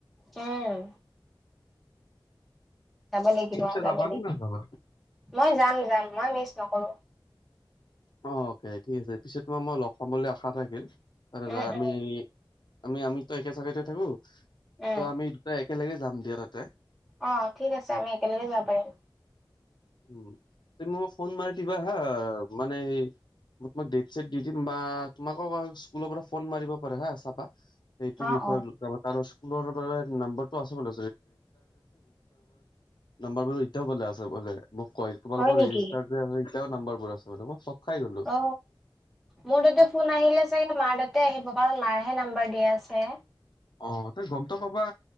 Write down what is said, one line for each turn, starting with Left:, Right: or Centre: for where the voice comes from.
Centre: উম যাব লাগিব,
Left: তুমি পিছে
Centre: যাব
Left: যাবা
Centre: লাগিব।
Left: নে নাযাবা
Centre: মই যাম, যাম। মই মিচ নকৰোঁ।
Left: অকে ঠিক আছে। পিছত তোমাৰ মই লগ পাম বুলি আশা থাকিল। তাতে
Centre: উম
Left: যাই আমি
Centre: উম
Left: আমি আমিতো একে জাগাতে থাকো।
Centre: উম
Left: তো আমি দুটা একেলগে যাম দিয়া তাত।
Centre: অ ঠিক আছে। আমি একেলগে যাব পাৰিম।
Left: উম তুমি মোক ফোন মাৰি দিবা হা। মানে হেই মই তোমাক দেট চেট দি দিম বা তোমাকো আৰু স্কুলৰ পৰা ফোন মাৰিব পাৰে হা, চাবা। সেইটো
Centre: অ
Left: বিষয়ে
Centre: অ
Left: যাব কাৰছ নাম্বাৰটো আছে বোলে নাম্বৰ ৰেজিষ্টাৰ এতিয়াও বোলে আছে বোলে মোক তোমালোকৰ
Centre: হয় নেকি
Left: ৰেজিষ্টাৰ এতিয়াও নাম্বাৰ বোৰ আছে খাই গ'লো।
Centre: অ মোৰ তাতে ফোন আহিলে চাগে মা তাতে আহিব কাৰণ মাৰহে নাম্বাৰ দিয়া আছে
Left: অ তই গমটো কবা